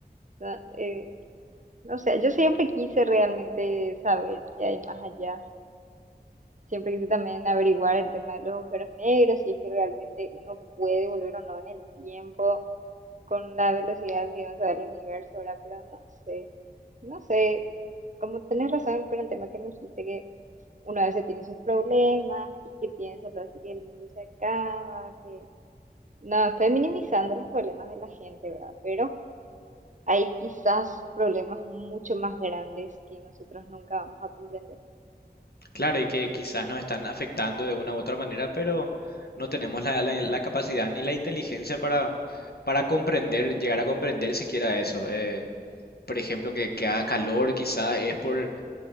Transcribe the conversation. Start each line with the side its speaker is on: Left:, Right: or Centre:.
Right: No, eh, no sé, yo siempre quise realmente saber qué hay más allá siempre quise también averiguar el tema de los agujeros negros, si es que realmente uno puede volver o no en el tiempo con la velocidad que avanza el universo ahora, pero no sé, no sé, como tenés razón con el tema que me dijiste que uno a veces tiene sus problemas y que piensa lo así que el mundo se acaba, que no, estoy minimizando los problemas de la gente, ¿verdad? Pero hay quizás problemas mucho más grandes que nosotros nunca vamos a comprender.
Left: Claro, y que quizás nos están afectando de una u otra manera, pero no tenemos la, la- la capacidad ni la inteligencia para, para comprender, llegar a comprender siquiera eso. Eh, por ejemplo, que, que haga calor, quizás es por,